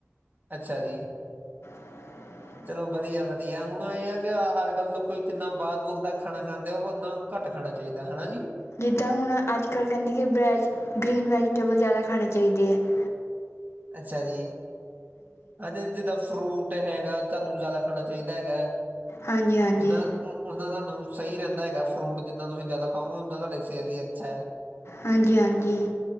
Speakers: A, on the right (about 40°); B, on the left (about 65°).
A: ਅੱਛਾ ਜੀ।
B: <inaudible>
A: ਚਲੋ ਵਧੀਆ ਵਧੀਆ ਹੁਣ ਇਹ ਹੈ ਕਿ ਅੱਜ ਕੱਲ੍ਹ ਲੋਕ ਕਿੰਨਾ ਬਾਹਰ ਬੂਰ ਦਾ ਖਾਣਾ ਖਾਂਦੇ ਹੋ ਉਹਨਾ ਘੱਟ ਖਾਣਾ ਚਾਹੀਦਾ ਹੈਨਾ ਜੀ
B: ਜਿੱਦਾਂ ਹੁਣ ਅੱਜ ਕੱਲ੍ਹ ਕਹਿੰਦੇ ਕਿ ਵੈਜ ਗ੍ਰੀਨ ਵੈਜੀਟੇਬਲ ਜ਼ਿਆਦਾ ਖਾਣੇ ਚਾਹੀਦੇ ਹੈ <inaudible>
A: ਅੱਛਾ ਜੀ ਹਾਂਜੀ ਹਾਂ ਫਰੂਟ ਹੈਗਾ ਤੁਹਾਨੂੰ ਜ਼ਿਆਦਾ ਖਾਣਾ ਚਾਹੀਦਾ ਹੈਗਾ
B: ਹਾਂਜੀ ਹਾਂਜੀ
A: ਉਹਨਾਂ ਉਹਨਾ ਤੁਹਾਨੂੰ ਸਹੀ ਰਹਿੰਦਾ ਹੈਗਾ ਫਰੂਟ ਜਿੰਨਾ ਤੁਸੀਂ ਜ਼ਿਆਦਾ ਖਾਓਗੇ ਉਹਨਾ ਤੁਹਾਡੀ ਸਿਹਤ ਲਈ ਅੱਛਾ ਹੈ
B: ਹਾਂਜੀ ਹਾਂਜੀ